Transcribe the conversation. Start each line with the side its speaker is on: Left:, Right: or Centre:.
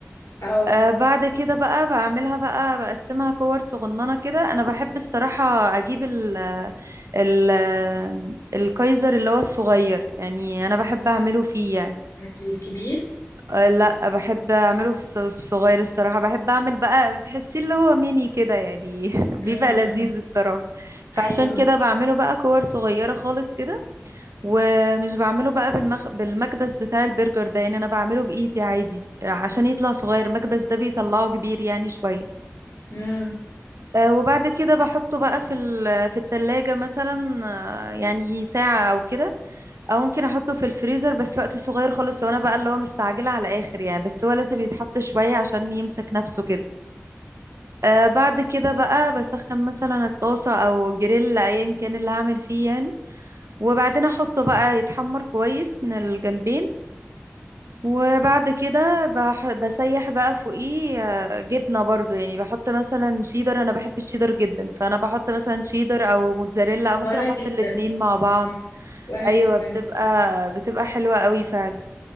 Left: اه
Right: آه بعد كده بقى بعملها بقى بقسمها كور صغننة كده انا بحب الصراحة اجيب ال ال الكايزر اللي هو الصغير يعني انا بحب اعمله فيه يعني
Left: في الكبير
Right: آه، لا بحب اعمله في الص- الصغير الصراحه بحب اعمل بقى بتحسيه اللي هو ميني كده يعني <laughs> بيبقى
Left: امم
Right: لذيذ الصراحه فعشان
Left: ايوه
Right: كده بعمله بقى كور صغيره خالص كده ومش بعمله بقى بالمخ... بالمكبس بتاع البرجر ده يعني انا بعمله بايدي عادي عشان يطلع صغير المكبس ده بيطلعه كبير يعني شويه
Left: امم
Right: آه، وبعد كده بحطه بقى في ال... في التلاجة مثلا آه، يعني ساعة أو كده او ممكن احطه في الفريزر بس وقت صغير خالص لو انا بقى اللي هو مستعجله على اخر يعني بس هو لازم يتحط شويه عشان يمسك نفسه كده آه بعد كده بقى بسخن مثلا الطاسه او جريل ايا كان اللي هعمل فيه يعني وبعدين احطه بقى يتحمر كويس من الجنبين وبعد كده بح... بسيح بقى فوقيه آه، جبنه برضو يعني بحط مثلا شيدر انا بحب الشيدر جدا فانا بحط مثلا شيدر او موتزاريلا او ممكن
Left: وانا
Right: احط
Left: جدا
Right: الاتنين مع بعض
Left: مم. وانا
Right: ايوه
Left: جدا
Right: بتبقى بتبقى حلوه قوي فعلا